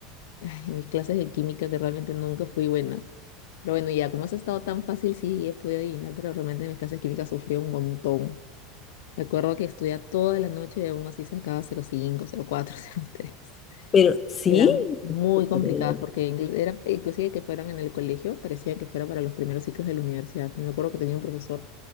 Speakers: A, on the left; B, on the left.
A: ay, a mis clases de química que realmente nunca fui buena. Pero bueno, ya, como has estado tan fácil, sí, he podido adivinar, pero realmente en mis clases de química sufrí un montón. Me acuerdo que estudiaba toda la noche y aún así sacaba 0,5, 0,4, <laughs> tres
B: Pero sí,
A: Eran muy
B: no te
A: complicadas
B: creo.
A: porque inclu- era, inclusive que fueran en el colegio, parecía que fuera para los primeros ciclos de la universidad. Yo me acuerdo que tenía un profesor